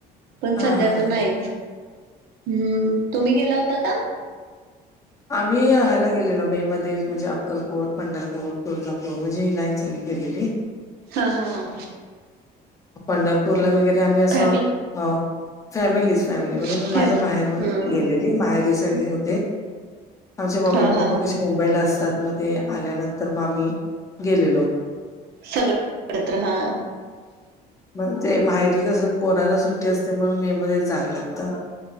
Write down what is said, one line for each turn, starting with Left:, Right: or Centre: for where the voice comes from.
Right: पण
Left: हा
Right: सध्या
Left: हा
Right: तर
Left: हा
Right: नाहीच, हम्म. तुम्ही गेला होता का?
Left: मी हह्याला गेलेलो मे मध्ये म्हणजे अक्कलकोट, पंढरपुर, तुळजापूर म्हणजे ही लाईन सगळी. गेलेली
Right: हा हा हा!
Left: पंढरपूरला वगैरे आम्ही असं
Right: फॅमि
Left: अं फॅमिलीज. फॅमिली म्हणजे मी
Right: फॅम
Left: माझ्या माहेरून
Right: हम्म
Left: गेलेली, माहेरी सगळे होते. आमचे मम्मी
Right: हा
Left: पप्पा
Right: हा हा
Left: कसे मुंबईला असतात म ते आल्यानंतर म आम्ही गेलेलो.
Right: सगळं आडतरहा.
Left: मंग ते माहेरी कसं पोरांना सुट्टी असते, म्हणून मे मध्ये जायालं लागतं.